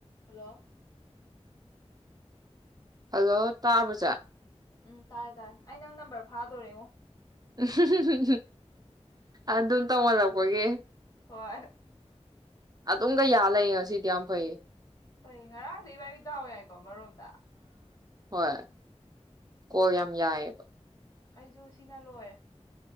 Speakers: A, on the left; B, on the right.
A: ꯍꯜꯂꯣ
B: ꯍꯜꯂꯣ ꯇꯥꯕꯖꯥ
A: ꯎꯝ ꯇꯥꯔꯦ ꯇꯥꯔꯦ ꯑꯩ ꯅꯪ ꯅꯝꯕꯔ ꯐꯥꯗꯣꯔꯦꯉꯣ
B: ꯎ ꯑꯗꯨ ꯑꯗꯨ ꯇꯉꯂꯄꯦ
A: ꯍꯣꯏ
B: ꯑꯗꯨꯝꯒ ꯌꯥꯜꯂ ꯉꯁꯤꯗꯤ ꯌꯥꯝ ꯐꯩꯌꯦ
A: ꯍꯣꯏ ꯉꯔꯥꯡꯗ ꯏꯕꯥꯏ ꯏ ꯊꯥꯎ ꯌꯥꯏꯀꯣ ꯃꯔꯣꯝꯗ
B: ꯍꯣꯏ ꯀꯣ ꯌꯥꯝ ꯌꯥꯏꯑꯕ
A: ꯑꯩꯁꯨ ꯁꯤꯅ ꯂꯣꯏꯔꯦ